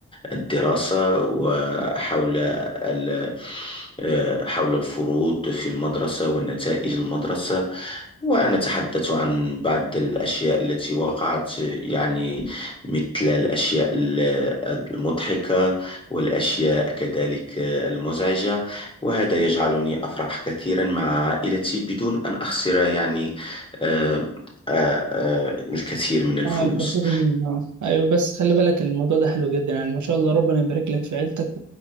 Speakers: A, on the left (about 20°); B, on the right (about 80°).
A: الدراسة وحول ال- آه، حول الفروض في المدرسة ونتائج المدرسة ونتحدث عن بعض الأشياء التي وقعت يعني مثل الأشياء ال- المضحكة والأشياء كذلك آه، المزعجة وهذا يجعلني أفرح كثيرا مع عائلتي بدون أن أخسر يعني آه، آه، آه، الكثير من الفلوس
B: اه الفصيل آه. ايوه بس خلي بالك الموضوع ده حلو جدا يعني ما شاء الله ربنا يبارك لك في عيلتك